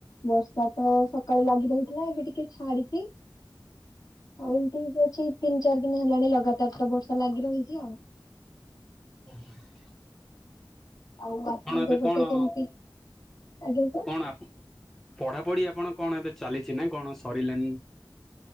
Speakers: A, on the left; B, in the centre.
A: ବର୍ଷା ତ ସକାଳୁ ଲାଗି ରହିଥିଲା ଏବେ ଟିକେ ଛାଡିଛିି। ଆଉ ଠିକ ଅଛି ତିନି ଚାରି ଦିନ ହେଲାଣି ଲଗାତାର ତ ବର୍ଷା ଲାଗି ରହିଛି ଆଉ।
B: <inaudible>
A: ଆଉ ଆପଣଙ୍କ
B: କଣ ଏବେ
A: ପଟେ
B: କଣ
A: କେମିତି ଆଜ୍ଞା ସାର୍?
B: କଣ ଆପ ପଢା ପଢି ଆପଣ କଣ ଏବେ ଚାଲିଛି ନା କଣ ସରିଲାନି?